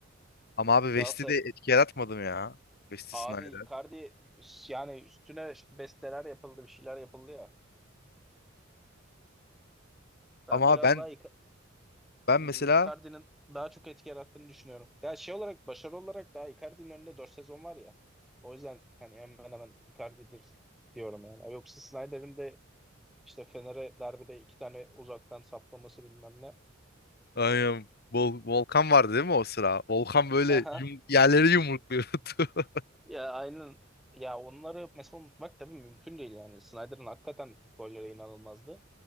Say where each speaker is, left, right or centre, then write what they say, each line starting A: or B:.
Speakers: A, on the left; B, in the centre.
A: ama abi West'i
B: Galatasaray
A: de etki yaratmadım ya. Wesley
B: abi
A: Snyder.
B: Icardi yani üstüne besteler yapıldı bir şeyler yapıldı ya. Ben
A: Ama
B: biraz
A: ben
B: daha Ica-
A: ben
B: e,
A: mesela
B: Icardi'nin daha çok etki yarattığını düşünüyorum. Ya şey olarak başarı olarak daha Icardi'nin önünde 4 sezon var ya. O yüzden hani hemen hemen Icardi'dir diyorum yani. Yoksa Snyder'in de işte Fener'e derbide iki tane uzaktan saplaması bilmem ne.
A: Aynen. Vol- Volkan vardı değil mi o sıra? Volkan böyle
B: <laughs>
A: yum yerleri yumrukluyordu. <laughs>
B: Ya aynen. Ya onları mesela unutmak tabii mümkün değil yani. Snyder'ın hakikaten golleri inanılmazdı.